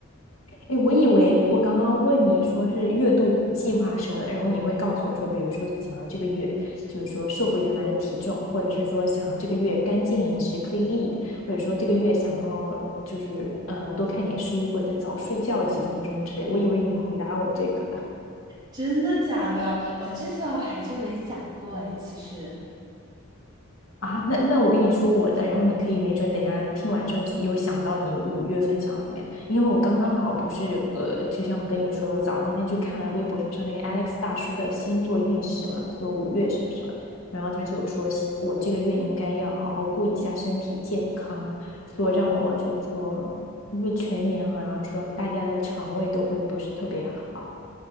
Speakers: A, on the left; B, on the right.
A: 哎，我以为我刚刚问你说是月度计划什么的，然后你会告诉我说，比如说想要这个月，就是说瘦回原来的体重，或者是说想要这个月干净饮食 （clean eat），或者说这个月想要就是呃多看点书或者早睡觉几分钟之类。我以为你会回答我这个。
B: 真的假的？我这些我还真没想过哎，其实，
A: 啊，那那我跟你说我的，然后你可以没准等一下听完之后有想到你五月份想要怎么样，因为我刚刚好不是呃，就像跟你说的，我早上先去看了微博上那个 Alex 大叔的星座运势嘛，说五月什么什么，然后他就有说我这个月应该要好好顾一下身体健康，说让我就是说，因为全年好像说大家的肠胃都会不是特别好。